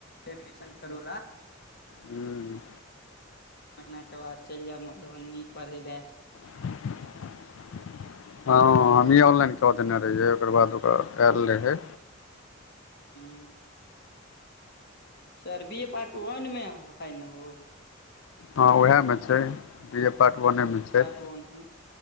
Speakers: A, on the left; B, on the left.
A: एडमिशन करैला
B: ह
A: महिना के बाद चलि जायब मधुबनी पढ़य लए
B: <unintelligible> ह हमही ऑनलाइन कऽ देने रहियै ओकर बाद ओकरा आयल रह रहे
A: ह सरबीए पार्ट वनमे हैन ओ
B: ह उएहमे छै बी ए पार्ट वनेमे छै
A: फोन मे